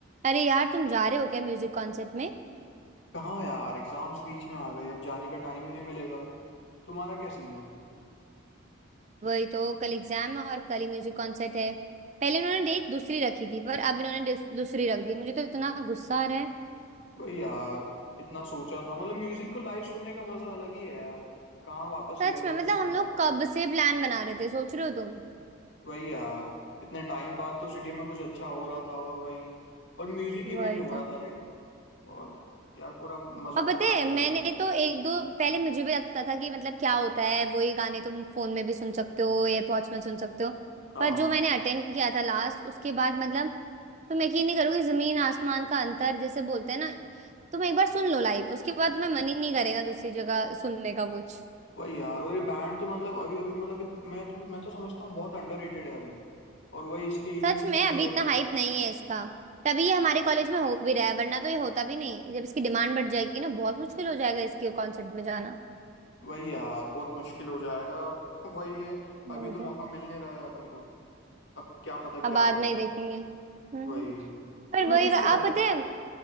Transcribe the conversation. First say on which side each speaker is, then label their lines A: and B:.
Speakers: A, on the right (about 35°); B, on the left (about 65°).
A: अरे यार तुम जा रहे हो क्या म्यूजिक कॉन्सर्ट में
B: कहाँ यार एग्जाम्स बीच में आ गए अब जाने का टाइम ही नहीं मिलेगा तुम्हारा क्या सीन है
A: वही तो कल एग्जाम है और कल ही म्यूजिक कॉन्सर्ट है पहले इन्होंने डेट दूसरी रखी थी पर अब इन्होंने डिस- दूसरी रख दी मुझे तो इतना गुस्सा आ रहा है
B: भाई यार इतना सोचा था मतलब म्यूजिक को लाइव सुनने का मजा अलग ही है यार कहाँ वापस
A: सच
B: ईयरबड्स
A: में मतलब
B: में
A: हम
B: सुनो
A: लोग कब से प्लान बना रहे थे सोच रहे हो तुम
B: वही यार इतने टाइम बाद तो सिटी में कुछ अच्छा हो रहा था और वही और म्यूजिक इवेंट
A: वही
B: हो
A: तो
B: रहा था एक और यार पूरा मजा
A: और पता
B: खराब
A: है
B: हो
A: मैंने
B: गया
A: तो एक दो पहले मुझे भी लगता था कि मतलब क्या होता है वही गाने तुम फोन में भी सुन सकते हो एयरपॉड्स में सुन सकते हो
B: हाँ
A: पर जो मैंने अटेंड किया था लास्ट उसके बाद मतलब तुम यकीन नहीं करोगे जमीन आसमान का अंतर जैसे बोलते हैं ना तुम एक बार सुन लो लाइव उसके बाद तुम्हें मन ही नहीं करेगा दूसरी जगह सुनने का कुछ
B: वही यार और ये बैंड तो मतलब अभी अभी मतलब इत, मैं तो मैं तो समझता हूँ बहुत अंडररेटेड है अभी और वही इसके इवेंट्स
A: सच
B: कैंसिल
A: में अभी
B: हो
A: इतना
B: रहे
A: हाइप नहीं है इसका तभी ये हमारे
B: हैं
A: कॉलेज में हो भी रहा है वरना तो ये होता भी नहीं जब इसकी डिमांड बढ़ जाएगी ना बहुत मुश्किल हो जाएगा इसके कॉन्सर्ट में जाना
B: वही यार बहुत मुश्किल हो जाएगा <laughs> वही है
A: और
B: अभी तो मौका
A: तो
B: मिल नहीं रहा है अपन को अब क्या पता
A: अब
B: क्या
A: बाद
B: होगा
A: में ही देखेंगे हम्म
B: वही
A: पर
B: तुम्हें
A: वही
B: किस
A: अब
B: तरह का
A: पता है